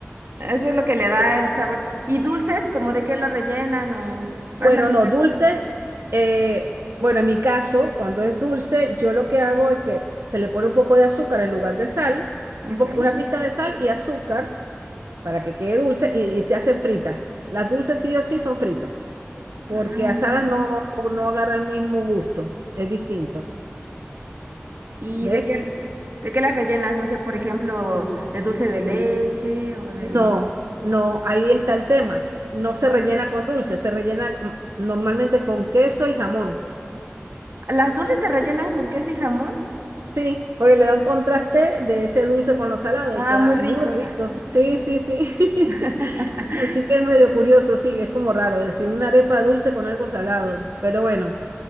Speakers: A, on the right; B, on the right.
A: Eso es lo que le da el sabor. ¿Y dulces, como de qué lo rellenan o cuál
B: Bueno,
A: es la diferencia?
B: no, dulces. eh, bueno, en mi caso, cuando es dulce, yo lo que hago es que se le pone un poco de azúcar en lugar de sal,
A: Ok.
B: un po- una pizca de sal y azúcar para que quede dulce y, y se hacen fritas. Las dulces sí o sí son fritas, porque
A: Ah,
B: asadas
A: ok.
B: no, no, no agarra el mismo gusto, es distinto.
A: ¿Y
B: ¿Ves?
A: de qué, de qué las rellenas? No sé, por ejemplo, de dulce de leche o de...
B: No, no, ahí está el tema. No se
A: Ok.
B: rellena con dulce, se rellena mm, normalmente con queso y jamón.
A: ¿Las dulces te rellenan con queso y jamón?
B: Sí, porque le da un contraste de ese dulce con lo salado
A: Ah,
B: y queda
A: muy rico,
B: muy rico.
A: jaja.
B: Sí, sí, sí. <laughs>
A: <laughs>
B: Así que es medio curioso, sí, es como raro decir una arepa dulce con algo salado, pero bueno,